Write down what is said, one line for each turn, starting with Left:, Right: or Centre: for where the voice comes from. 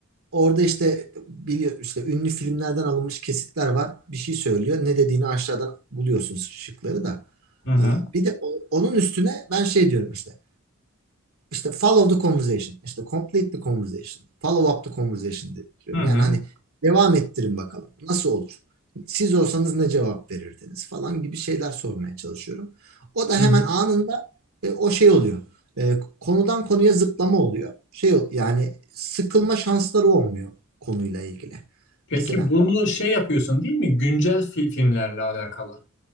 Right: orada işte biliyor işte ünlü filmlerden alınmış kesitler var. Bir şey söylüyor. Ne dediğini aşağıdan buluyorsunuz şıkları da.
Left: Hı hı.
Right: Ee, bir de o- onun üstüne ben şey diyorum işte işte follow the conversation, işte complete the conversation, follow up the conversation diye bitiriyorum.
Left: Hı hı.
Right: Yani hani devam ettirin bakalım nasıl olur? Siz olsanız ne cevap verirdiniz falan gibi şeyler sormaya çalışıyorum. O da
Left: Hı
Right: hemen anında e, o şey oluyor. E, konudan konuya zıplama oluyor. Şey ol- yani sıkılma şansları olmuyor konuyla ilgili.
Left: Peki
Right: Mesela
Left: bunu şey yapıyorsun değil mi? Güncel fi- filmlerle alakalı.